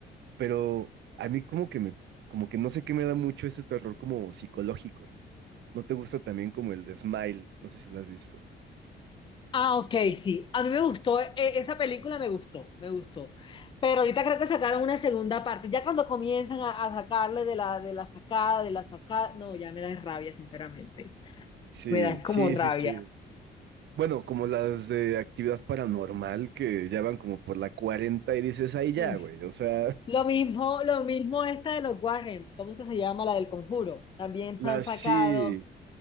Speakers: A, on the right; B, on the left.
A: pero a mí como que me, como que no sé qué me da mucho ese terror como psicológico. ¿No te gusta también como el de Smile? No sé si la has visto.
B: Ah, ok, sí. A mí me gustó, e- e, esa película me gustó, me gustó. Pero ahorita creo que sacaron una segunda parte. Ya cuando comienzan a, a sacarle de la, de la sacada, de la sacada, no, ya me da rabia, sinceramente.
A: Sí,
B: Me da es
A: sí,
B: como rabia.
A: sí, sí. Bueno, como las de actividad paranormal que ya van como por la 40 y dices, ahí ya,
B: Mm.
A: güey. O sea,
B: Lo mismo, lo mismo esta de los Warrens, ¿cómo es que se llama? La del Conjuro. También
A: <laughs> las
B: se han sacado,
A: sí,